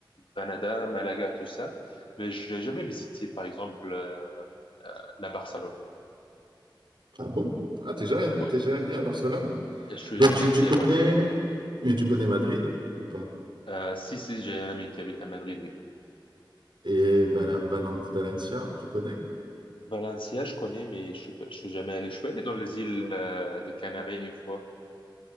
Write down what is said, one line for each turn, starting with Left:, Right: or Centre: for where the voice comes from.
Left: Granada, Malaga, tout ça. Mais j'ai jamais visité, par exemple, euh, euh, la Barcelone.
Right: Ah bon? Ah, t'es déjà, t'es
Left: Oui,
Right: déjà venu à Barcelone.
Left: je suis
Right: Donc,
Left: jamais
Right: tu, tu
Left: été
Right: connais...
Left: à Barcelone.
Right: mais tu connais Madrid ou pas?
Left: Euh, si, si, j'ai un ami qui habite à Madrid, oui.
Right: Et Vala- Valen- Valencia, tu connais?
Left: Valencia, je connais, mais je suis, pas- je suis jamais allé. Je suis allé dans les îles euh, de Canaries une fois.